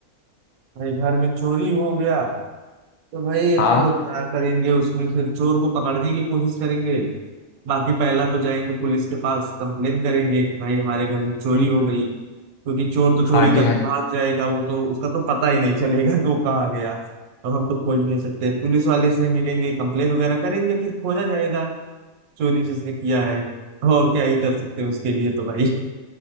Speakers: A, on the right; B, on the left.
A: भाई घर में चोरी हो गया तो भाई एक
B: हाँ
A: तो क्या करेंगे उसमें फिर चोर को पकड़ने की कोशिश करेंगे बाकी पहला तो जाएंगे पुलिस के पास कंप्लेन करेंगे कि भाई हमारे घर में चोरी
B: हम्म,
A: हो गई क्योंकि चोर तो चोरी
B: हाँ
A: करके
B: जी हाँ जी
A: भाग जाएगा वो तो उसका तो पता ही नहीं चलेगा कि वो कहाँ गया अब हम तो खोज नहीं सकते पुलिस वाले से मिलेंगे कंप्लेन वगैरह करेंगे फिर खोजा जाएगा चोरी जिसने किया है तो और क्या ही कर सकते हैं उसके लिए तो भाई